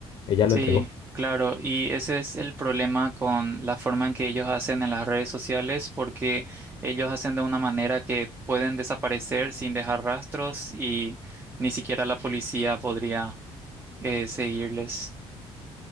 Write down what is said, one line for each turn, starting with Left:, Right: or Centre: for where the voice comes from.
Left: Ella lo
Right: Sí,
Left: entregó.
Right: claro, y ese es el problema con la forma en que ellos hacen en las redes sociales, porque ellos hacen de una manera que pueden desaparecer sin dejar rastros y ni siquiera la policía podría eh, seguirles.